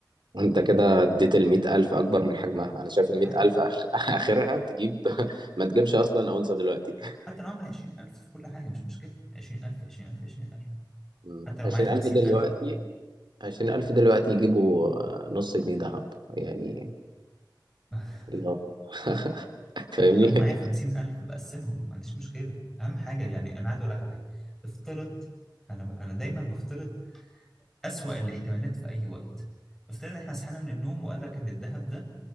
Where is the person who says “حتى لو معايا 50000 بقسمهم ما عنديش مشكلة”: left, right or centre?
Centre